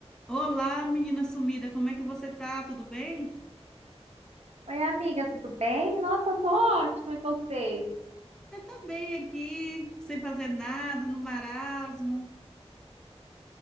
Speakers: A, in the centre; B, on the right.
A: Olá, menina sumida, como é que você tá? Tudo bem?
B: Oi, amiga, tudo bem? Nossa, eu tô ótima, e você?
A: Eu tô bem aqui, sem fazer nada, no marasmo.